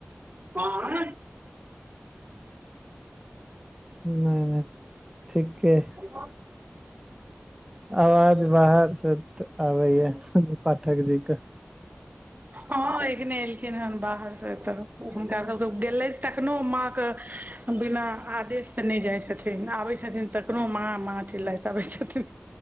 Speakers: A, on the right (about 40°); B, on the right (about 20°).
A: कोन
B: ह ठीके
A: <inaudible>
B: आवाज बाहर से आबैय या ह पाठक जी के
A: हँ एखने एलखिन हेन बाहर से तऽ हुनका सबके गेले त एखनो माँ के बिना आदेश से नहि जाई छथिन आबै छथिन तऽ कनो माँ माछ लैत अबै छथिन